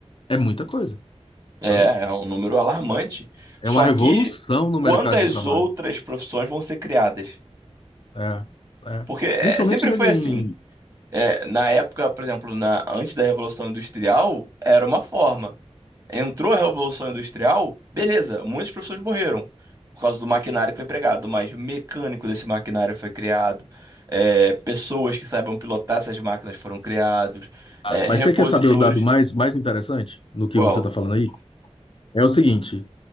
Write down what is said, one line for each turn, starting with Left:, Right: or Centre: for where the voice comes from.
Left: é muita coisa,
Right: É,
Left: sabe?
Right: é um número alarmante. Só
Left: É uma revolução
Right: que
Left: no
Right: quantas
Left: mercado de trabalho.
Right: outras profissões vão ser criadas?
Left: É, é.
Right: Porque é,
Left: Principalmente
Right: sempre
Left: em...
Right: foi assim.
Left: em-
Right: É, na época, por exemplo, na, antes da Revolução Industrial, era uma forma. Entrou a Revolução Industrial, beleza, muitas pessoas morreram por causa do maquinário que foi empregado, mas mecânico desse maquinário foi criado, é, pessoas que saibam pilotar essas máquinas foram criados, é,
Left: Mas
Right: repositores.
Left: você quer saber o dado mais, mais interessante no que
Right: Qual?
Left: você está falando aí? É o seguinte,